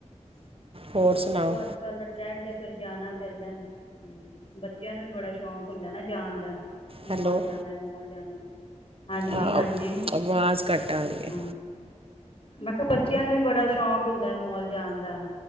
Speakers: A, on the right; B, on the left.
A: ਹੋਰ ਸੁਣਾਓ
B: ਚਲੋ ਅੱਜ ਕੱਲ ਦਾ ਟਰੈਂਡ ਫਿਰ ਜਾਣਾ ਪੈਂਦਾ ਬੱਚਿਆਂ ਨੂੰ ਵੀ ਬੜਾ ਸ਼ੌਕ ਹੁੰਦਾ ਨਾ ਜਾਣ ਦਾ ਮੋਲ
A: ਹੈਲੋ
B: ਜਾਣਾ ਹੈ ਮੋਲ ਜਾਣਾ ਹੈ ਹਾਂਜੀ
A: ਹਾਂ
B: ਹਾਂਜੀ
A: ਆਵਾਜ਼ ਘੱਟ ਆ ਰਹੀ ਹੈ
B: ਹਾਂ ਮੈਂ ਕਿਹਾ ਬੱਚਿਆਂ ਨੂੰ ਵੀ ਬੜਾ ਸ਼ੌਕ ਹੁੰਦਾ ਹੈ ਮੌਲ ਜਾਣ ਦਾ